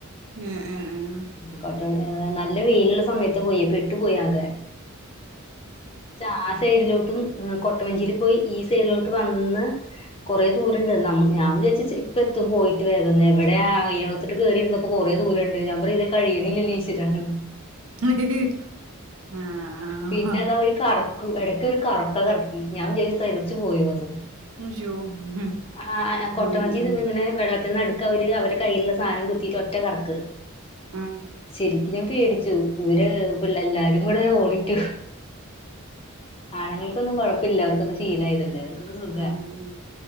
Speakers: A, on the right; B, on the left.
A: ഞ്ഞ ഹേ ഹേ ഹ്
B: കൊട്ട വഞ്ചി ഹ് നല്ല വെയില്ള്ള സമയത്ത് പോയി പെട്ടുപോയി ആകെ. ചാസ് സൈഡിലോട്ടും ഹ് കൊട്ടവഞ്ചിയിൽ പോയി ഈ സൈഡിലോട്ട് വന്ന് കൊറേ ദൂരണ്ട് നമ്മ ഞാൻ വിചാര്ച്ച് ഇപ്പ എത്തും പോയിട്ട് വേകം ന്ന് എവടെ ആയിനകത്ത് ന്ന്ട്ട് കേറിര്ന്നപ്പോ കൊറേ ദൂരണ്ട് ഞാൻ പറിം ഇത് കഴ്യ്ന്നില്ലല്ലേ ഈശ്വരാന്ന്.
A: ഉം ആഹ്
B: പിന്നെ
A: ആഹ്
B: അതാ ഒരു കറ ക്കും എടക്ക് ഒരു കറക്കം കറക്കി ഞാൻ കെര് തെറിച്ചു പോയോന്ന്.
A: അയ്യോ
B: അഹ് ആഹ്
A: ഉം
B: കൊട്ടവഞ്ചിത്
A: ഉം
B: ഇങ്ങനെ വെള്ളത്തിന്നട്ക്ക് അവര് അവര കയ്യിലുള്ള സാനം കുത്തിയിട്ട് ഒറ്റ കറക്ക്.
A: ആഹ്
B: ശരിക്ക് ഞാൻ പേടിച്ചു ഇവര് പിള്ള എല്ലാരും കൂടെ ഓളിട്ടു. ആണുങ്ങൾക്കൊന്നും കൊഴപ്പല്ല അവർക്കൊക്കെ ശീലം ആയതല്ലേ അവർക്കൊക്കെ സുഖ.
A: ആഹ് ആഹ്